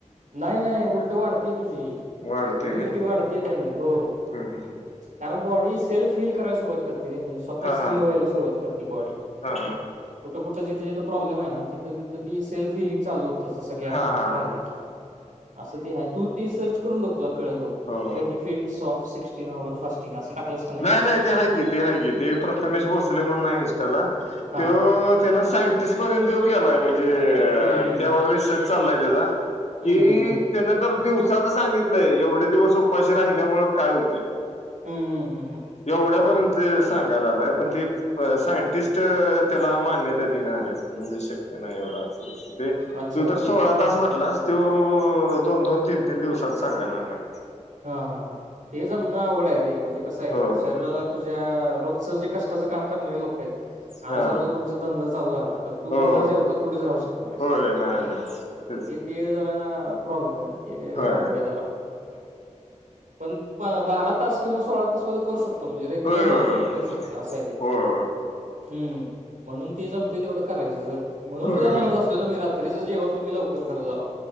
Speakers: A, on the right; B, on the left.
A: नाही नाही उलटं वाढत्या तुझी
B: वाढते
A: इम्युनिटी
B: काय
A: वाढत्या त्यान हो हो
B: हम्म हम्म.
A: कारण बॉडी सेल्फ फील करायला सुरुवात करते रे म्हणजे स्वः तचं
B: हा हा
A: हिल व्हायला सुरुवात करते बॉडी
B: हा हा
A: कुठं कुठं जिथं जिथं प्रॉब्लेम आहे ना तिथं तिथं तर ती सेल्फ हिलिंग चालू होतं तसा गॅप
B: हा हा
A: राहिला
B: हा
A: कि असं ते आहे तू ते सर्च करून बघ तुला कळलं बघ
B: हो
A: benefits of sixteen hour fasting असं टाकलंस का
B: नाही नाही ते हाय कि ते हाय कि ते प्रथमेश भोसले म्हणून आहे इंस्टाला
A: हा
B: त्यो
A: हा
B: ते त्यो सायंटिस्ट पर्यंत गेलाय म्हणजे अ
A: हम्म हम्म
B: त्यावर रिसर्च चाललाय त्याचा कि
A: हम्म हम्म हम्म हम्म
B: तेनं तर दिवस साच सांगितलंय एवढे दिवस उपाशी राहिल्यामुळं काय होतंय
A: हम्म हम्म हम्म हम्म
B: एवढ्यापर्यंत ते स सांगाय लागलाय पण तेचं सायंटिस्ट त्याला मान्यता दिना झाल्यात म्हणजे शक्य नाही व बास ओके तेचं
A: अच्छा
B: तू तर सोळा तास म्हटलास त्यो दोन दोन तीन तीन दिवसाचं सांगाय लागलाय
A: हा हा हा ते जमनं अवघड आहे रे म्हणजे कसं आहे
B: हो
A: शरीराला तुझ्या रोजच जे कष्टाचं काम करणारी लोक आहेत
B: हा
A: आता समजा, तुमचा धंदा चालू झाला तर तू
B: हो
A: बिना जेवता थोडीचं राहू शकणार आहेस
B: होय नाही नाही तेच
A: मग ते ते जरा प्रॉब्लेम आहे ते
B: होय
A: अवघड आहे जरा पण पा बारा तास किंवा सोळा तास वाल करू शकतो तो. म्हणजे रेग्युलर
B: होय होय
A: माणूस पण करू शकतोय असं आहे ते
B: होय
A: हम्म म्हणून ते जमतंय तेवढं करायचं जर म्हणून
B: होय
A: तुला म्हणत असतोय ना मी रात्रीचं जेवण तुम्ही लवकर करत जावा